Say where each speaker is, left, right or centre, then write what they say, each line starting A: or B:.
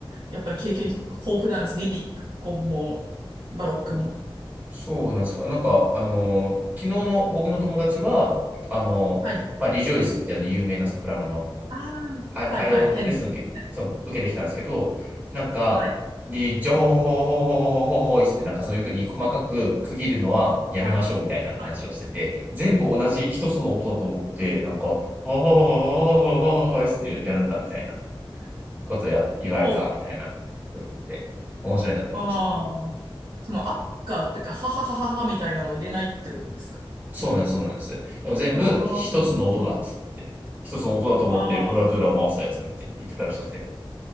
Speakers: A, on the right (about 70°); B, on the right (about 20°).
A: やっぱり経験豊富なんです。リリック、も、バロックも。
B: そうなんですよ。なんか、あの、昨日の僕の友達は、あの、
A: はい。
B: まあ、リジョイスってあの有名なソプラノの、
A: ああ、
B: あれ、
A: はいはい、
B: あれをレッスン受け、
A: 変ですね。
B: そう、受けてきたんですけど、なんか、
A: はい、
B: リジョイスってなんかそういうふうに細かく区切るのはやめましょうみたいな話をしてて、
A: はい、はい。
B: 全部同じ一つの音だと思って、なんか、ははははははってやるんだみたいなことをや、言われたみたいなこと言って、
A: おう、
B: 面白いなって思いました。
A: ああ、その、アッカーっていうか、はははははみたいなのを入れないってことですか
B: そうなんです、そうなんです。でも全部一つの音だっつって言って、
A: ああ、なるほど。
B: 一つの音だと思ってコラトゥーラを回すやつか言って言ってたらしくて。
A: ああ、